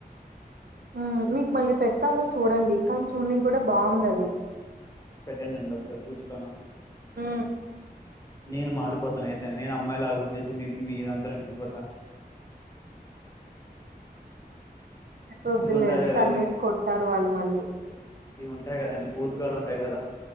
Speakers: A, on the right (about 70°); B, on the left (about 20°).
A: ఆ మీకు మళ్ళీ పెడతాను చూడండి కానీ చూడ్ని కూడా బావుంది అది
B: పెట్టండి ఒకసారి చూస్తాను
A: ఆ
B: నేను మారిపోతా అయితే నేను అమ్మాయి లాగా వచ్చేసి మీ మీదంతోనే ఉండిపోతా
A: వద్దులేండి
B: ఇది ఉంటాయి కదండి
A: తన్నేసి కొడతారు వాళ్ళు మళ్ళీ
B: ఇవి ఉంటాయి కదండి పూర్గాలు ఉంటాయి కదా